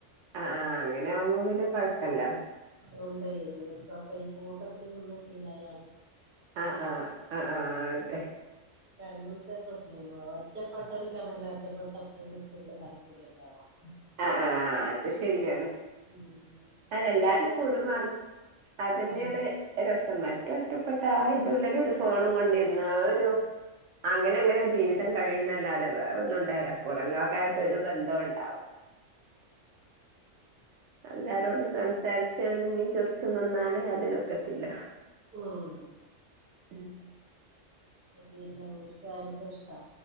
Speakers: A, on the right (about 70°); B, on the right (about 15°).
A: ആ ആ അങ്ങനെ ആവുമ്പോ പിന്നെ കൊയപ്പില്ല
B: ഉണ്ട്ഈ ഓര്ക്കക്ക ഈ കൂട്ടത്തിൽ നിന്ന ശീലയായി
A: ആ ആ ആ ആ അതെ
B: അങ്ങനത്തെ പ്രശ്നങ്ങള ഒറ്റപ്പെട്ട <unintelligible> <unintelligible> <unintelligible>
A: ആ ആ അത് ശരിയാണ്
B: ഉം
A: അതെല്ലാരും
B: നമ്മളിതിങ്ങനെ
A: കൂടുമ്പ അതന്നയാണ്
B: ഉം
A: രസം മറ്റേ ഒറ്റപ്പെട്ട ആ അയ്ന്റ ഉള്ളിലത്തെ ഫോണും കൊണ്ടിരുന്ന ഒരു അങ്ങനെ അങ്ങനെ ജീവിതം കഴിയുന്നല്ലാതെ വേറ ഒന്നും ഉണ്ടല്ലോ പുറം ലോകായിട്ട്
B: ഉം
A: ഒരു ബന്ധൊണ്ട്
B: <unintelligible>
A: എല്ലാരോടും സംസാരിച്ചണങ്ങിചിറച്ച് നിന്നാലേ അതിനൊക്കത്തില്ല
B: ഉം
A: <inaudible>
B: ഓര്ക്ക് ഭയങ്കര ഇഷ്ടാ